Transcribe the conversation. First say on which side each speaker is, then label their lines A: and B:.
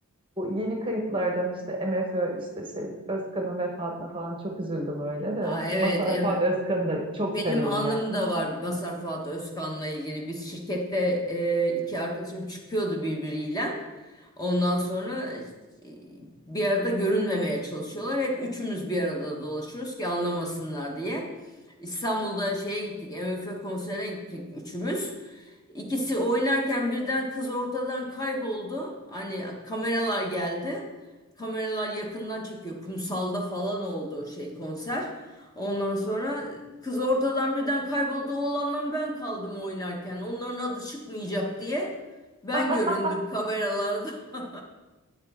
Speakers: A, on the right (about 25°); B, on the left (about 15°).
A: Bu yeni kayıplardan işte MFÖ işte şey Özkan'ın vefatına falan çok üzüldüm öyle de.
B: Aa, evet
A: Mazhar
B: em-
A: Fuat Özkan'ı da çok
B: benim
A: severim
B: anım
A: gerçekten.
B: da var Mazhar Fuat Özkan'la ilgili. Biz şirkette e, iki arkadaşım çıkıyordu birbiriyle. Ondan sonra e, bir arada görünmemeye çalışıyorlar. Hep üçümüz bir arada dolaşıyoruz ki anlamasınlar diye. İstanbul'da şeye gittik, MF konserine gittik üçümüz. İkisi oynarken birden kız ortadan kayboldu. Hani kameralar geldi. Kameralar yakından çekiyor. Kumsalda falan oldu şey konser. Ondan sonra kız ortadan birden kayboldu. Oğlanla ben kaldım oynarken. Onların adı çıkmayacak diye. Ben
A: <laughs>
B: göründüm kameralarda. <laughs>